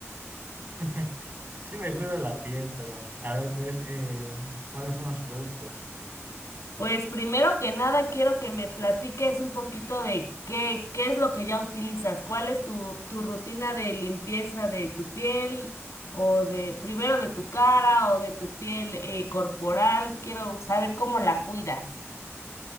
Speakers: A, on the right; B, on the left.
A: <laughs> Sí me cuido la piel, pero a ver, pues, eh, ¿cuáles son los productos?
B: Pues primero que nada quiero que me platiques un poquito de qué, qué es lo que ya utilizas, cuál es tu, tu rutina de limpieza de tu piel o de primero de tu cara o de tu piel eh, corporal. Quiero saber cómo la cuidas